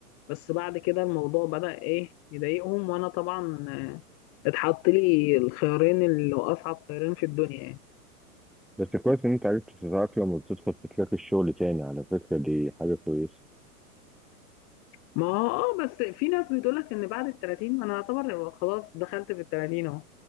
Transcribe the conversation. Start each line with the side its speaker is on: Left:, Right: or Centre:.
Left: بس بعد كده الموضوع بدأ ايه يضايقهم وانا طبعا آه، اتحط لي الخيارين اللي هو اصعب خيارين في الدنيا يعني
Centre: بس كويس ان انت عرفت تتأقلم وتدخل في تراك الشغل تاني على فكرة دي حاجة كويسة
Left: ما هو اه بس في ناس بتقول لك ان بعد ال 30 انا اعتبر خلاص دخلت في ال 30 اهو